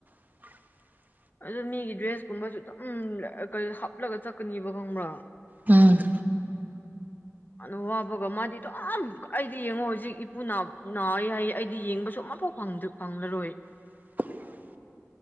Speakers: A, on the right (about 35°); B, on the left (about 40°).
A: <inaudible>
B: ꯑꯗꯨ ꯃꯤꯒꯤ ꯗ꯭ꯔꯦꯁ ꯀꯨꯝꯕꯁꯨ ꯑꯗꯨꯝ ꯀꯔꯤ ꯍꯥꯞꯂꯒ ꯆꯠꯀꯅꯤꯕ ꯈꯪꯕ꯭ꯔꯥ
A: ꯎꯝ
B: ꯑꯗꯣ ꯍꯥꯞꯄꯒ ꯃꯥꯗꯤ ꯑꯗꯨꯝ ꯑꯩꯗꯤ ꯌꯦꯡꯉꯣ ꯍꯧꯖꯤꯛ ꯏꯄꯨ ꯅꯥ ꯅꯥꯏ ꯍꯥꯏꯌꯦ ꯑꯩꯗꯤ ꯌꯦꯡꯕꯁꯨ ꯑꯃꯐꯥꯎ ꯐꯪꯗꯦ ꯐꯪꯂꯔꯣꯏ
A: <inaudible>